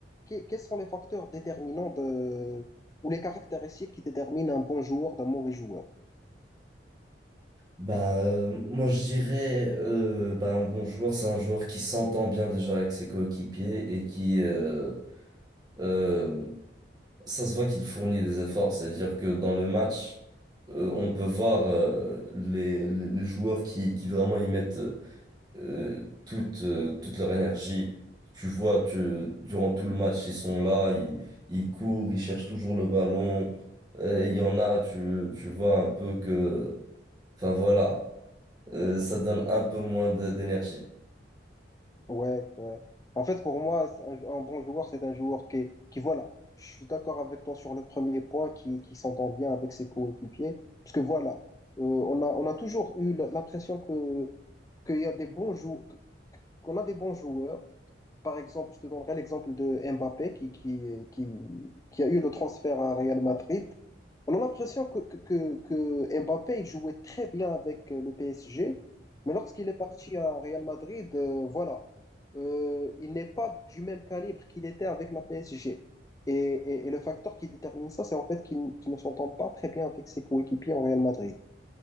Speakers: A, on the left (about 20°); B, on the right (about 20°).
A: que- quels sont les facteurs déterminants de, ou les caractéristiques qui déterminent un bon joueur d'un mauvais joueur?
B: Ben, euh, moi, je dirais, euh, ben, un bon joueur, c'est un joueur qui s'entend bien déjà avec ses coéquipiers et qui, euh, euh, Ça se voit qu'il fournit des efforts, c'est-à-dire que dans le match, euh, on peut voir euh, les, les- les joueurs qui, qui vraiment y mettent euh, toute, euh, toute leur énergie. Tu vois, tu- durant tout le match, ils sont là, ils, ils courent, ils cherchent toujours le ballon. Euh, Il y en a, tu, tu vois un peu que, enfin voilà, euh, ça donne un peu moins de- d'énergie.
A: Ouais, ouais. En fait, pour moi, c'est un, un bon joueur, c'est un joueur qui, qui, voilà, je suis d'accord avec toi sur le premier point, qui, qui s'entend bien avec ses coéquipiers. Parce que voilà, euh, on a, on a toujours eu l- l'impression que, qu'il y a des bons jou- qu'on a des bons joueurs. Par exemple, je te donnerai l'exemple de Mbappé qui, qui, qui, qui a eu le transfert à Real Madrid. On a l'impression que, que, que, que Mbappé il jouait très bien avec euh, le PSG, mais lorsqu'il est parti à Real Madrid, euh, voilà, Euh, il n'est pas du même calibre qu'il était avec la PSG. Et, et- et le facteur qui détermine ça, c'est en fait qu'il qu'il ne s'entend pas très bien avec ses coéquipiers en Real Madrid.